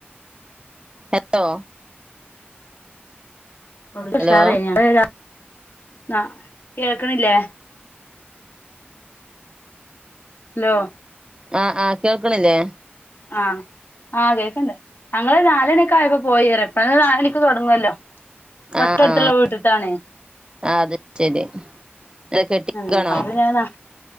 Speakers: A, on the right; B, on the left.
A: ഹലോ
B: <unintelligible>
A: ഹലോ
B: കേൾക്കണില്ലേ ഹലോ
A: ആഹ് ആഹ് കേൾക്കണില്ലേ
B: ആഹ് ആഹ് കേൾക്കണ്ട് ഞങ്ങൾ നാലമണിക്കായപ്പോ പോയിറ ഇപ്പോ നാലണിക്ക് തുടങ്ങുവല്ലോ
A: ആഹ്
B: തൊട്ടടുത്തുള്ള
A: ആഹ്
B: വീട്ടിത്താണേ
A: ആഹ് അത് ശരി കെട്ടിക്കാണോ
B: ഉ അപ്പൊന്നഞാെന്നാ